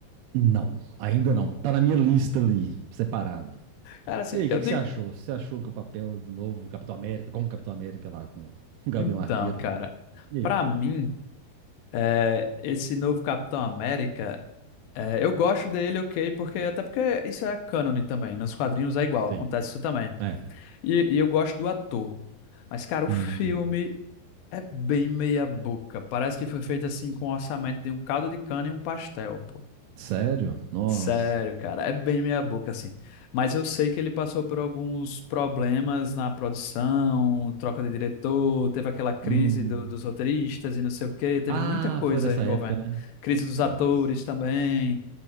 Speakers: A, on the right (about 85°); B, on the left (about 75°).
A: Não, ainda não. Tá na minha lista ali, separado.
B: Cara, assim,
A: E aí, o
B: eu
A: que
B: digo.
A: que você achou? Você achou que o papel do novo Capitão América, como Capitão América lá com <laughs> o Gavião
B: Então,
A: Arqueiro?
B: cara,
A: E aí?
B: pra mim, é, esse novo Capitão América. é, eu gosto dele, ok, porque até porque isso é cânone também, nos quadrinhos é igual,
A: Sim.
B: acontece isso também.
A: É.
B: e e eu gosto do ator. Mas, cara, o
A: Hum,
B: filme É bem meia boca. Parece que foi feito assim com o orçamento de um caldo de cana e um pastel, pô.
A: sério? Nossa.
B: Sério, cara, é bem meia boca assim. Mas eu sei que ele passou por alguns problemas na produção, troca de diretor, teve aquela crise
A: Hum.
B: do- dos roteiristas e não sei o quê, teve
A: Ah,
B: muita coisa
A: foi nessa
B: envolvendo.
A: época, né?
B: Crise dos
A: Nossa.
B: atores também.